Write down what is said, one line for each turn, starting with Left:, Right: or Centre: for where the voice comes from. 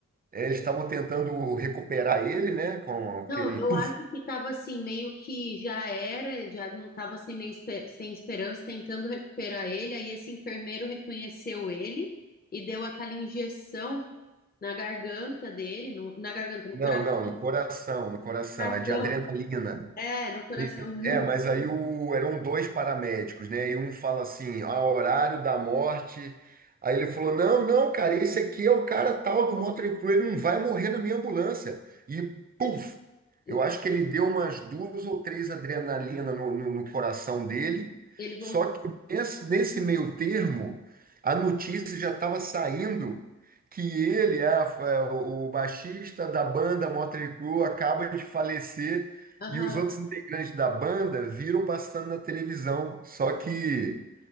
Right: é, eles estavam tentando recuperar ele, né, com aquele
Left: Não, eu
Right: puff
Left: acho que estava assim, meio que já era, já não estava assim, meio espe- sem esperança, tentando recuperar ele. Aí esse enfermeiro reconheceu ele e deu aquela injeção na garganta dele, no- na garganta, no
Right: Não,
Left: coração.
Right: não, no coração, no coração,
Left: coração
Right: é de adrenalina.
Left: É, no coração. <laughs>
Right: É, mas aí o, eram dois paramédicos, né? E um fala assim, ah, horário da morte. Aí ele falou, não, não, cara, esse aqui é o cara tal do Motley Crue, ele não vai morrer na minha ambulância. E puf!
Left: E
Right: Eu acho que ele deu umas duas ou três adrenalina no, no- no coração dele.
Left: Ele voltou.
Right: Só que nesse, nesse meio termo, a notícia já estava saindo que ele, ah, o baixista da banda Motley Crue, acaba de falecer.
Left: Aham,
Right: E os outros integrantes da banda viram passando na televisão. Só que,